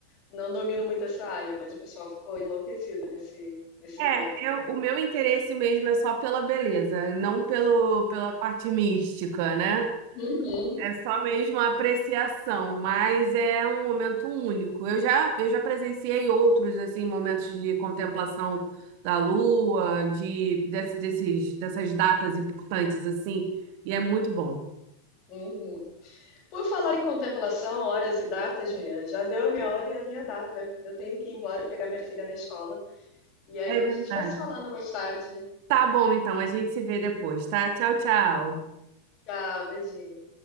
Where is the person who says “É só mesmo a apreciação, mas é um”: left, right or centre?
Right